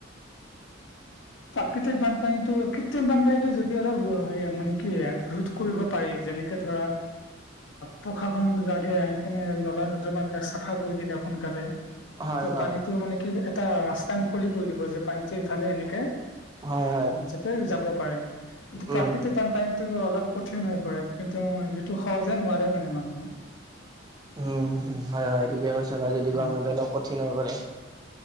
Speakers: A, on the left (about 65°); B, on the right (about 20°).
A: প্ৰাকৃতিক বানপানীটো কৃত্ৰিমতো বানপানীটো যদি অলপ ৰিয়া হৈ মানে কি কৰিব পাৰি যেনেকে ধৰা প্ৰশাসন বিলাগে আহি কেনে নলা-নৰ্দমা বিলাক চাফা কৰি দিলে সোনকালে
B: হয়
A: ত'
B: হয়
A: পানীটো মানে কি এটা ৰাস্তা মুকলি কৰি দিব যে, পানীটো ইফালে এনেকে-
B: হয় হয়
A: যাতে যাব পাৰে। এইটো কিন্তু
B: উম
A: প্ৰাকৃতিক বান তাইটো অলপ কঠিন হৈ পৰে, কিন্তু এইটো সহজে নোৱাৰে মানে মানুহে।
B: উম', হয়', হয়', ঠিকেই কৈছা যদিগে
A: হয়
B: অলপ কঠিন হৈ পৰে।